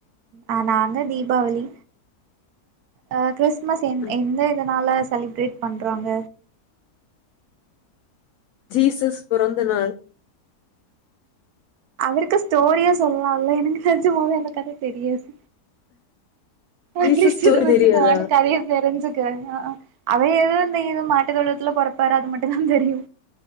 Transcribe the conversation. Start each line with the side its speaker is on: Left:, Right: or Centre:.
Right: ஆ நாங்க தீபாவளி அ கிறிஸ்மஸ் எந்
Left: ம்
Right: எந்த இதனால செலிப்ரேட் பண்றாங்க
Left: ஜீசஸ் பிறந்த நாள்
Right: இதுக்கு ஸ்டோரியா சொல்லால்ல எனக்கு நெஜமாவே அந்த கத தெரியாது
Left: ஜீசஸ்
Right: அட்லீஸ்ட்
Left: ஸ்டோரி
Right: இத வச்சி
Left: தெரியாதா
Right: நானு கதைய தெரிஞ்சுக்கிறே அ அவர் ஏதோ இந்த இது மாட்டு தொழுவத்துல பொறப்பாரு அது மட்டுந்தா தெரியு